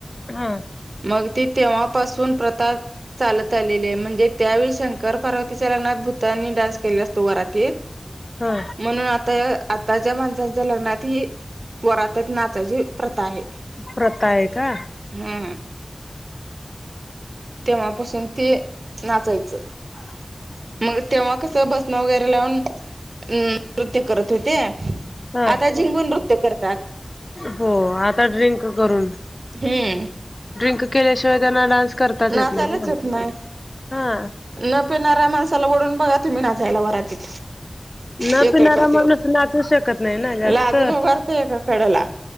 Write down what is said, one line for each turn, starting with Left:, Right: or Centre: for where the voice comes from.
Left: हम्म.
Right: मग ती तेव्हापासून प्रथा च्- चालत आलेले आहे, म्हणजे त्यावेळी शंकर पार्वतीच्या लग्नात भूतानी डान्स केला असतो वरातीत. <inaudible>
Left: हा.
Right: म्हणून आता आताच्या माणसांच्या लग्नात ही वरातीत नाचायची प्रथा आहे.
Left: प्रता आहे का.
Right: हा. तेव्हापासून ते नाचायचं.
Left: <unintelligible>
Right: मग तेव्हा कसं भस्म वगैरे लावून- हम् नृत्य करत होते.
Left: हा
Right: आता झिंगून नृत्य करतात.
Left: हो आता ड्रिंक करून.
Right: हम्म
Left: ड्रिंक केल्याशिवाय त्यांना डान्स कर्- करताच
Right: नाचायलाच
Left: येत नाही ना
Right: येत नाही
Left: हा.
Right: न पिणारऱ्या माणसाला वडून बघा, तुम्ही नाचायला वरातीत.
Left: न
Right: येतोय
Left: पिणारा
Right: का त्यो
Left: माणूस, नाचू शकत नाही ना जास्त.
Right: लाजून उभारतोय एका कडेला